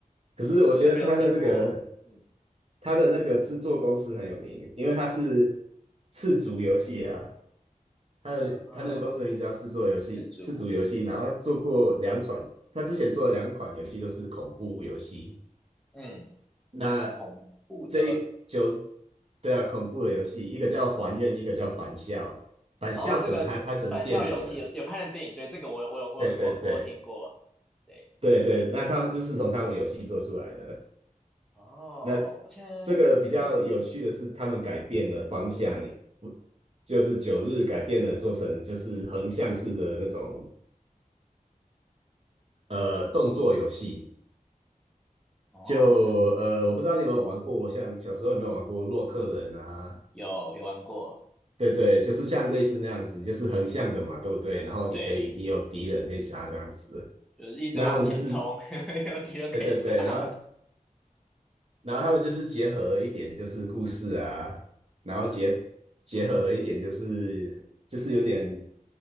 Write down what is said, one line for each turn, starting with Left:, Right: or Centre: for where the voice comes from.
Right: 可是我觉得他的那个
Centre: 我真的没有听过。嗯，
Right: 他的那个制作公司很有名，因为他是赤足游戏啊，他的他那个公司的名字叫赤足游戏，
Centre: 然后赤足，
Right: 赤足游戏，然后他做过两款，他之前做的两款游戏都是恐怖游戏。
Centre: 嗯，
Right: 那
Centre: 恐怖的。
Right: 这一就对啊，恐怖的游戏，一个叫《还愿》，一个叫《板校》，《板校》可能还拍成电影了。
Centre: 然后这个返校有提有有拍的电影，对，这个我有我有我有我有我有听过。
Right: 对对对
Centre: 对，
Right: 对对，那他们就是从他们游戏做出来的。
Centre: 哦，
Right: 那
Centre: 我现在是嗯，
Right: 这个比较有趣的是，他们改变了方向，不就是九日改变了做成就是横向式的那种呃动作游戏。
Centre: 哦，
Right: 就呃，我不知道你有没有玩过，像小时候有没有玩过洛克人啊？
Centre: 有有玩过，
Right: 对对，就是像类似那样子，就是横向的嘛，对不对？然后你可以，
Centre: 对，
Right: 你有敌人可以杀这样子。
Centre: 就是一直往前冲，
Right: 那他们就是
Centre: <laughs> 有敌人可以杀。
Right: 对对对，然后然后他们就是结合了一点就是故事啊，然后结结合了一点就是就是有点